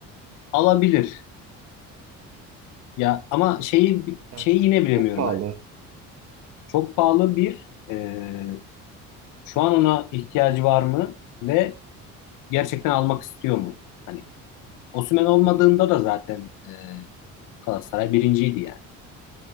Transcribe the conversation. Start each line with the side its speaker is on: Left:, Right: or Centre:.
Left: alabilir. Ya ama şeyi
Right: Yani
Left: şeyi yine bilemiyorum.
Right: çok pahalı.
Left: Hani çok pahalı bir e, şu an ona ihtiyacı var mı? Ve gerçekten almak istiyor mu? Hani Osimhen olmadığında da zaten e, Galatasaray birinciydi yani.